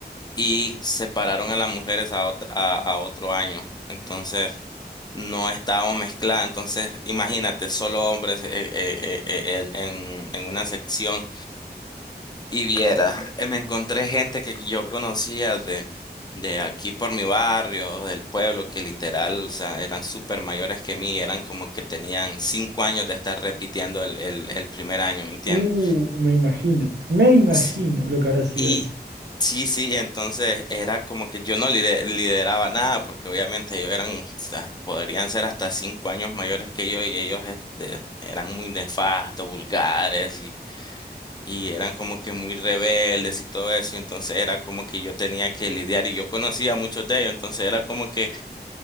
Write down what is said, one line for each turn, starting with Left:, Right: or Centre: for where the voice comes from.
Left: y separaron a las mujeres a, otra- a, a otro año. Entonces no estábamos mezcladas. Entonces imagínate, solo hombres eh, eh, eh, eh, en, en en una sección. Y viera, eh, me encontré gente que yo conocía de, de aquí por mi barrio, del pueblo, que literal, o sea, eran súper mayores que mí, eran como que tenían cinco años de estar repitiendo el, el, el primer año, ¿me entiendes?
Right: Uh, me imagino, me imagino
Left: Sí,
Right: lo que habrá sido
Left: y
Right: eso.
Left: sí, sí, entonces era como que yo no lide- lideraba nada, porque obviamente ellos eran, o sea, podrían ser hasta cinco años mayores que yo y ellos este, eran muy nefastos, vulgares y y eran como que muy rebeldes y todo eso, y entonces era como que yo tenía que lidiar y yo conocía a muchos de ellos, entonces era como que,